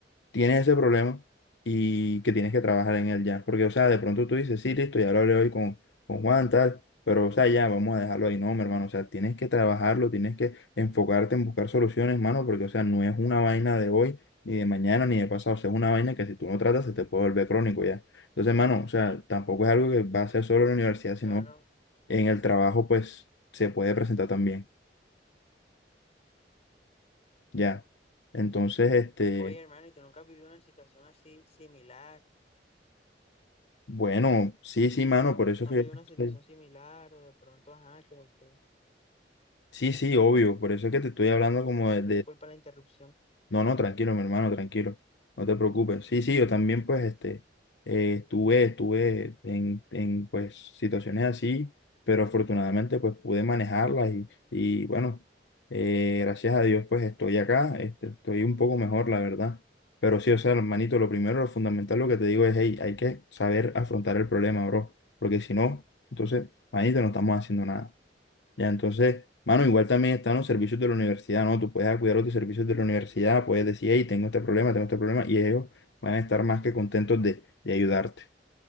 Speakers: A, on the left (about 80°); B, on the left (about 35°).
A: tienes ese problema y que tienes que trabajar en él ya. Porque, o sea, de pronto tú dices, sí, listo, ya lo hablé hoy con, con Juan, tal, pero, o sea, ya, vamos a dejarlo ahí. No, mi hermano, o sea, tienes que trabajarlo, tienes que enfocarte en buscar soluciones, hermano, porque, o sea, no es una vaina de hoy, ni de mañana, ni de pasado. O sea, es una vaina que si tú no tratas se te puede volver crónico ya. Entonces, hermano, o sea, tampoco es algo que va a ser solo en la universidad, sino
B: claro.
A: en el trabajo, pues, se puede presentar también. Ya. Entonces, este,
B: Oye, hermano, ¿y tú nunca has vivido una situación así similar?
A: bueno, sí, sí, mano, por eso
B: ¿No
A: es
B: han vivido una situación
A: que...
B: similar o de pronto, ajá, que, que-
A: Sí, sí, obvio, por eso es que te estoy hablando como de, de-
B: disculpa la interrupción?
A: No, no, tranquilo, mi hermano, tranquilo. No te preocupes. Sí, sí, yo también, pues, este, eh, estuve, estuve en, en, pues, situaciones así, pero afortunadamente, pues, pude manejarlas y, y bueno, eh, gracias a Dios, pues, estoy acá, este, estoy un poco mejor, la verdad. Pero sí, o sea, hermanito, lo primero, lo fundamental, lo que te digo es, hey, hay que saber afrontar el problema, bro, porque si no, entonces, manito, no estamos haciendo nada. Ya, entonces, mano, igual también están los servicios de la universidad, ¿no? Tú puedes acudir a los servicios de la universidad, puedes decir, hey, tengo este problema, tengo este problema, y ellos van a estar más que contentos de, de ayudarte.